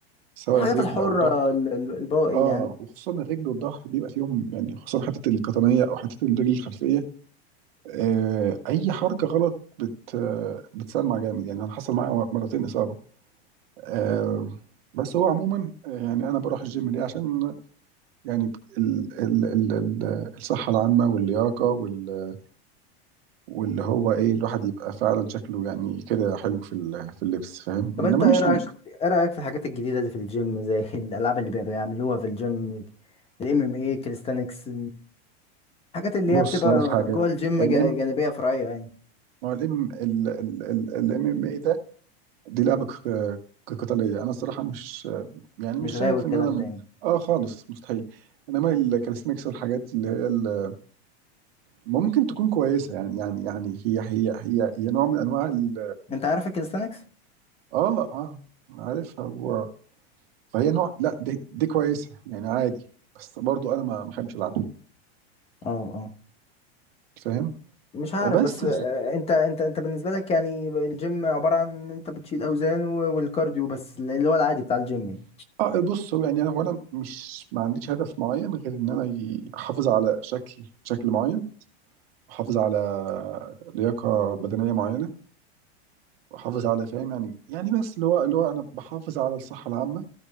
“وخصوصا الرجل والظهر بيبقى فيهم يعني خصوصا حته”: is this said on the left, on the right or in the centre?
Right